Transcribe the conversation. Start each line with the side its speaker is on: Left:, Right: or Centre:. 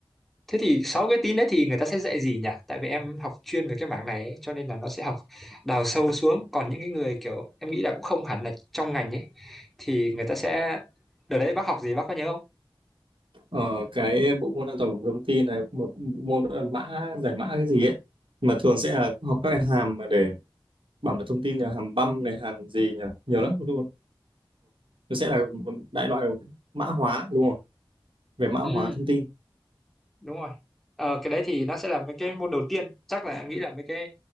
Centre: thế thì sáu cái tín đấy thì người ta sẽ dạy gì nhỉ? Tại vì em học chuyên về cái mảng này ấy, cho nên là nó sẽ học đào sâu xuống. Còn những cái người kiểu em nghĩ là cũng không hẳn là trong ngành ấy, thì người ta sẽ đợt đấy bác học gì bác có nhớ không?
Right: Ờ, cái bộ môn an toàn của thông tin này một bộ môn đó là mã giải mã cái gì ấy mà thường sẽ là học các cái hàm mà để bảo mật thông tin là hàm băm này hàm gì nhỉ nhiều lắm luôn nó sẽ là một đại loại mã hóa đúng không về mã hóa
Centre: Ừ,
Right: thông tin
Centre: đúng rồi. Ờ, cái đấy thì nó sẽ là mấy cái môn đầu tiên, chắc là em nghĩ là mấy cái